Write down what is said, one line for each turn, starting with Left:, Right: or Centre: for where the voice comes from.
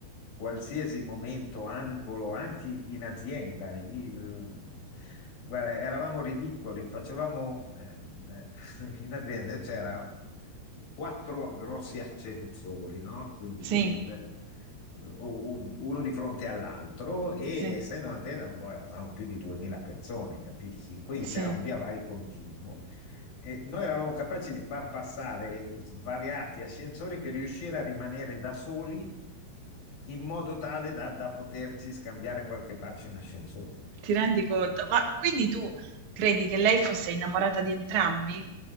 Left: qualsiasi momento, angolo, anche in azienda. Il- guarda, eravamo ridicoli, facevamo eh, eh, <laughs> in azienda c'era quattro grossi ascensori, no? Quindi
Right: Sì,
Left: eh, u- u- uno di fronte all'altro e
Right: sì,
Left: essendo un'azienda boh, eravamo più di 2000 persone, capisci? Quindi
Right: sì,
Left: c'era un via vai continuo. E noi eravamo capaci di far passare svariati ascensori per riuscire a rimanere da soli in modo tale da, da poterci scambiare qualche bacio in ascensore.
Right: ti rendi conto? Ma quindi tu credi che lei fosse innamorata di entrambi?